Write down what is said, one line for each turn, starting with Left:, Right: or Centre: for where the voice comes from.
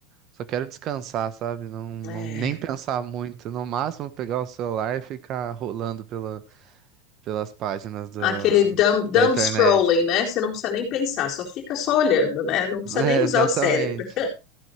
Right: só quero descansar, sabe? Não, não
Left: É.
Right: nem pensar muito, no máximo pegar o celular e ficar rolando pela, pelas páginas da
Left: Aquele dumb, dumb
Right: da internet.
Left: scrolling, né? Você não precisa nem pensar, só fica só olhando, né? Não precisa
Right: <laughs> É,
Left: nem usar
Right: exatamente.
Left: o cérebro.